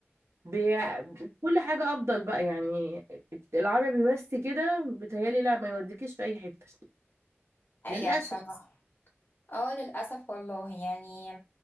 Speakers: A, on the right; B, on the left.
A: بي...
B: اه
A: كل حاجة افضل بقى يعني العربي بس كده بيتهيألي لا ما يوديكيش في اي حتة
B: حقيقة
A: للأسف
B: بصراحة اه للأسف والله يعني